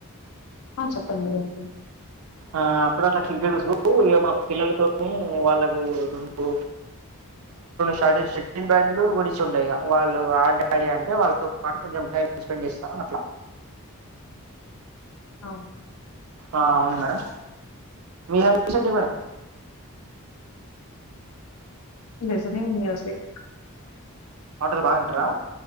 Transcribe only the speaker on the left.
ఆ! చెప్పండి వింటున్నా.
ఆ!
లిస్టింగ్ మ్యూజిక్